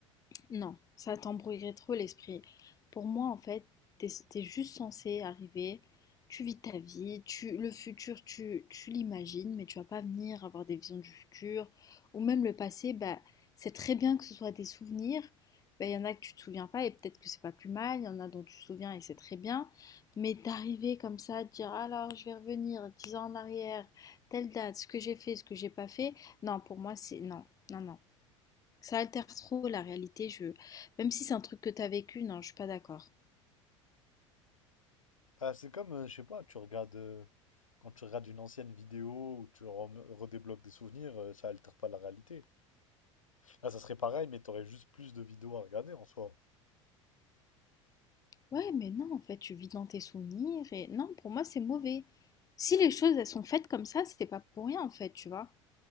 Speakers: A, on the left (about 20°); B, on the left (about 80°).
A: Non, ça t'embrouillerait trop l'esprit. Pour moi, en fait, t'es, t'es juste censé arriver, tu vis ta vie, tu, le futur, tu, tu l'imagines, mais tu vas pas venir avoir des visions du futur. Ou même le passé, bah, c'est très bien que ce soit des souvenirs. Bah, y en a que tu te souviens pas et peut-être que c'est pas plus mal, il y en a dont tu te souviens et c'est très bien. Mais d'arriver comme ça, de dire alors je vais revenir 10 ans en arrière, telle date, ce que j'ai fait, ce que j'ai pas fait, non, pour moi c'est non, non, non. Ça altère trop la réalité, je... Même si c'est un truc que t'as vécu, non, je suis pas d'accord.
B: Ah, c'est comme, euh, je sais pas, tu regardes, euh, quand tu regardes une ancienne vidéo ou tu rem- redébloques des souvenirs, euh, ça altère pas la réalité. Là, ça serait pareil, mais t'aurais juste plus de vidéos à regarder en soi.
A: Ouais, mais non, en fait, tu vis dans tes souvenirs et non, pour moi, c'est mauvais. Si les choses, elles sont faites comme ça, c'est pas pour rien, en fait, tu vois.